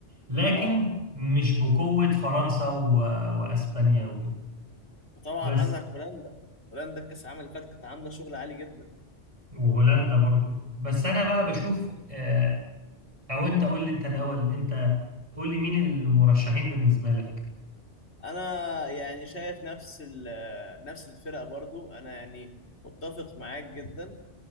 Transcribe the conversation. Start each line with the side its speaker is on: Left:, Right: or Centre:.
Right: لكن
Left: اه
Right: مش بقوة فرنسا و... واسبانيا وكده
Left: وطبعا
Right: بس
Left: عندك هولندا هولندا الكاس العالم اللي فات كانت عامله شغل عالي جدا
Right: وهولندا برضو بس انا بقى بشوف آه، او انت قول لي انت الاول انت قول لي مين المرشحين بالنسبة لك
Left: انا يعني شايف نفس ال- نفس الفرقه برضو انا يعني متفق معاك جدا